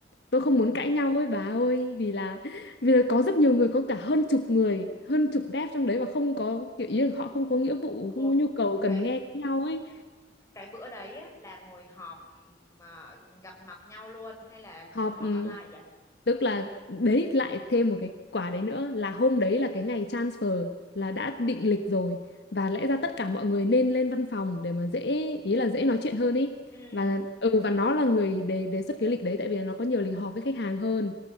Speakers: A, on the left (about 75°); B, on the left (about 15°).
A: tôi không muốn
B: ủa
A: cãi nhau ấy bà ơi vì là vì là có rất nhiều người có cả hơn chục người, hơn chục dev trong đấy và không có kiểu ý là họ không có nghĩa vụ, không
B: ủa
A: có nhu cầu cần
B: cái
A: nghe nhau ấy.
B: cái bữa đấy á, là ngồi họp ừm, mà gặp mặt nhau luôn hay là
A: Họp
B: ngồi họp
A: ừ,
B: online vậy
A: tức là đấy lại thêm một cái quả đấy nữa là hôm đấy là cái ngày transfer là đã định lịch rồi và lẽ ra tất cả mọi người nên lên văn phòng để mà dễ ý là dễ nói chuyện hơn ý.
B: ừ
A: Và ừ và nó là người đề đề xuất cái lịch đấy tại vì là nó có nhiều lịch họp với khách hàng hơn.